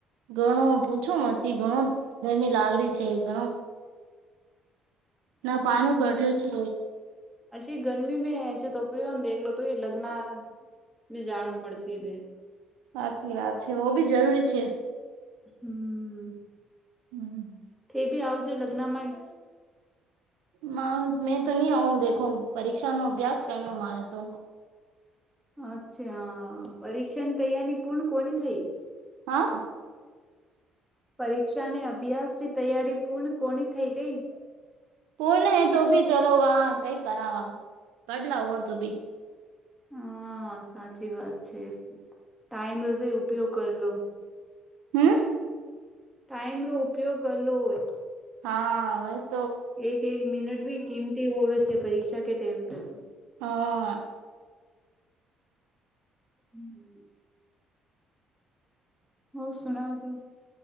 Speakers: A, on the right (about 70°); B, in the centre.
A: ઘણો પૂછો મથી ઘણો ગરમી લાગણી છે ઘણો ના પાણી પડ્યું છે
B: અચી ગરમી મે અછી તપરી હોન દેખલો તું લગ્ન બ જાણું પડશે બે
A: હાચી વાત છે હો બી જરૂરી છે
B: હમ
A: હમ
B: તે ભી આવજો લગ્નમાંય
A: મા મેં તો ની આવું દેખો પરીક્ષા નો અભ્યાસ કરનો મારે તો
B: અચ્છા પરીક્ષાની તૈયારી પૂર્ણ કોની થઈ
A: હા
B: પરીક્ષાને અભ્યાસ તૈયારી પૂર્ણ કોની થઈ ગઈ
A: ઓને તો ભી ચલો વા કઈ કરાવા પડલાર તો ભી
B: હા સાચી વાત છે ટાઈમ રશે ઉપયોગ કરી લો
A: હમ
B: ટાઈમ નો ઉપયોગ લો હોય
A: હા આવે
B: એક એક મિનટ ભી કિંમતી હોવે છે પરીક્ષા કે ટેમ પે
A: હા
B: હમ્મ. હો સુણાવજો